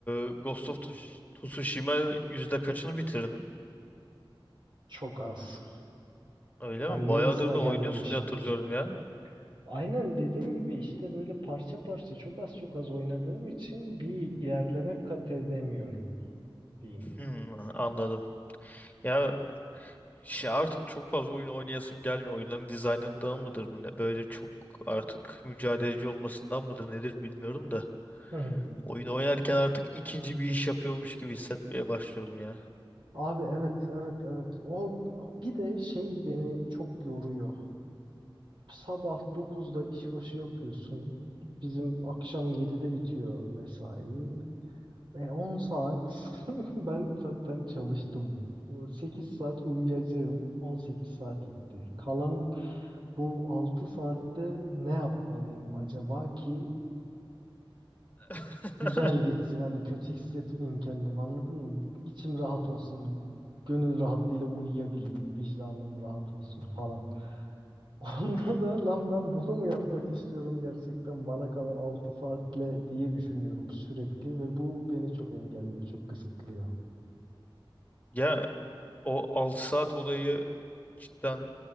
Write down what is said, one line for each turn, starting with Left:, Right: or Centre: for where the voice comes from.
Left: e, Ghost of Tush- Tsushima yüzde kaçını bitirdin?
Right: Çok az.
Left: Öyle
Right: Yani
Left: mi? Bayağıdır
Right: yarısına
Left: da
Right: gelmemişimdir.
Left: oynuyorsun diye hatırlıyorum ya.
Right: Aynen dediğim gibi işte böyle parça parça çok az çok az oynadığım için bir ilerleme kat edemiyorum diyeyim.
Left: Hmm, anladım. Ya şey artık çok fazla oyun oynayasım gelmiyor. Oyunların dizaynından mıdır bu ne? Böyle çok artık mücadeleci olmasından mıdır nedir bilmiyorum da.
Right: Hı hı.
Left: Oyun oynarken artık ikinci bir iş yapıyormuş gibi hissetmeye başlıyorum ya.
Right: Abi evet evet evet. O bir de şey beni çok yoruyor. Sabah 9'da işbaşı yapıyorsun. Bizim akşam 7'de bitiyor mesai. E, 10 saat <laughs> ben zaten çalıştım. 8 saat uyuyacağım. 18 saat etti. Kalan bu 6 saatte ne yapmalıyım acaba ki
Left: <laughs>
Right: güzel geçsin hani kötü hissetmeyeyim kendimi anladın mı? İçim rahat olsun. Gönül rahatlığıyla uyuyabileyim. Vicdanım rahat olsun falan. <laughs> Onda
Left: Hmm.
Right: da lan ben bunu mu yapmak istiyorum gerçekten bana kalan 6 saatle diye düşünüyorum sürekli ve bu beni çok engelliyor, çok kısıtlıyor.
Left: Ya o 6 saat olayı cidden